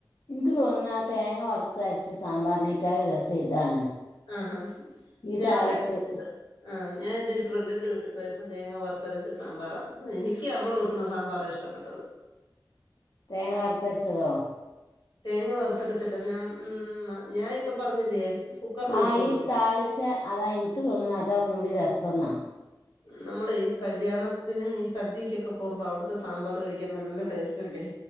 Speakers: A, on the left; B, on the left.
A: എനിക്ക് തോന്നുന്നു, ആ തേങ്ങ വറുത്ത് അരച്ച സാമ്പാറിനേക്കാളും രസം ഇതാണ്.
B: ആഹ് ആഹ്
A: ഈ
B: ഞാൻ
A: താളിപ്പ്
B: കണ്ടിട്ടുണ്ട്. ആ ഞാൻ എന്റെ ഒരു ഫ്രണ്ടിന്റെ വീട്ടിൽ പോയി. തേങ്ങ വറുത്തരച്ച സാമ്പാറാ. എനിക്ക് അവള് വെക്കുന്ന സാമ്പാറാ ഇഷ്ടപ്പെട്ടത്.
A: തേങ്ങ വറുത്തരച്ചതോ.
B: തേങ്ങ വറുത്തരച്ചല്ല ഞം മ് ഞാൻ ഇപ്പം പറഞ്ഞില്ലേ. കുക്കറിൽ
A: ആഹ്
B: വെക്കുവെന്ന്
A: ഈ താളിച്ച അതാ എനിക്ക് തോന്നുന്നുഅതാ ഒന്നുകൂടി രസംന്നാ
B: നമ്മള് ഈ കല്യാണത്തിനും ഈ സദ്യക്കൊക്കെ പോകുമ്പോ അവിടുത്തെ സാമ്പാർ കഴിക്കാൻ നല്ല ടേസ്റ്റ് റ്റല്ലേ